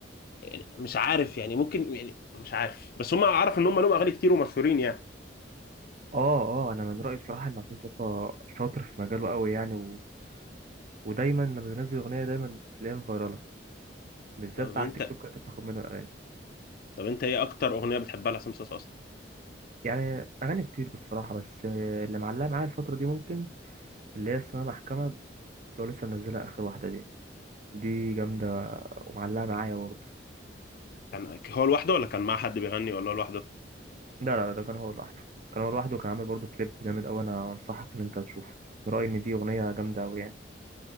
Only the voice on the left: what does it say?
يعني مش عارف يعني ممكن يعني مش عارف بس هم عارف ان هم لهم اغاني كتير ومشهورين يعني
طب
انت
طب انت ايه اكتر اغنيه بتحبها لحسام صاصا اصلا
كان هو لوحده ولا كان مع حد بيغني ولا هو لوحده